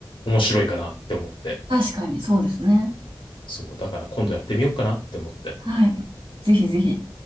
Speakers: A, on the left (about 70°); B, on the right (about 85°).
A: 面白いかなって思って。
B: 確かに、そうですね。
A: そう、だから今度やってみようかなって思って。
B: はい。ぜひぜひ。